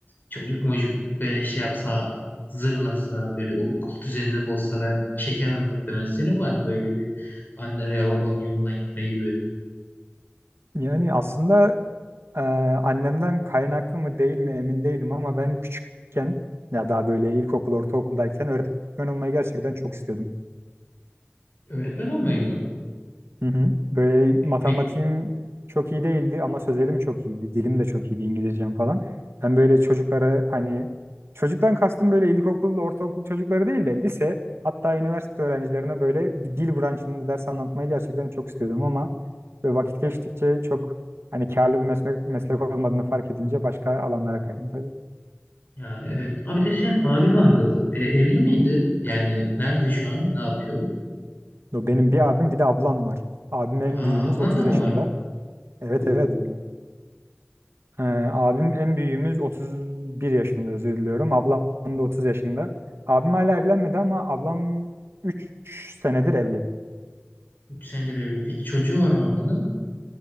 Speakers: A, on the left; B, on the right.
A: çocuk mucuk böyle şey yapsa zırlasa böyle o okul düzenini bozsa ben çekemem muhtemelen. Senin var mı böyle bir anne veya babanın yolundan gitme gibi?
B: Yani aslında Ee, annemden kaynaklı mı değil mi emin değilim ama ben küçükken ya daha böyle ilkokul, ortaokuldayken öğretmen olmayı gerçekten çok istiyordum.
A: Öğretmen olmayı mı?
B: Hı hı. Böyle matematiğim
A: Pek
B: çok iyi değildi ama sözelim çok iyiydi. Dilim de çok iyiydi, İngilizcem falan. Ben böyle çocuklara hani çocuktan kastım böyle ilkokul, ortaokul çocukları değil de lise hatta üniversite öğrencilerine böyle bir dil branşında ders anlatmayı gerçekten çok istiyordum ama böyle vakit geçtikçe çok hani karlı bir meslek, meslek olmadığını fark edince başka alanlara kaydım
A: ya evet. Abi de senin abin vardı. E, evli miydi? Yani nerede şu an? Ne yapıyor?
B: Yo, Benim bir abim bir de ablam var. Abim en
A: Aa
B: büyüğümüz
A: ablan
B: 30
A: da mı
B: yaşında.
A: vardı?
B: Evet
A: Oo
B: evet. Ee, abim en büyüğümüz 31 yaşında özür diliyorum. Ablam da 30 yaşında. Abim hala evlenmedi ama ablam 3 senedir evli.
A: üç senedir evli. Peki çocuğu var mı ablanın?